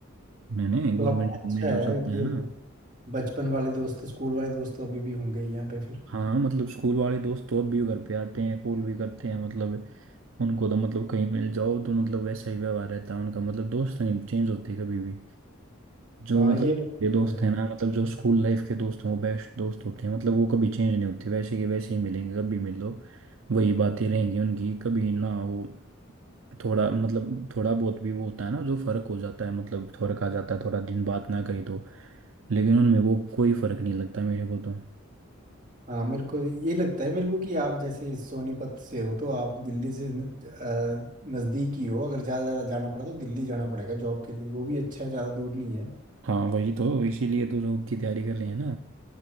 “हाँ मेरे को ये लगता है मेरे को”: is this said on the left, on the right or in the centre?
Right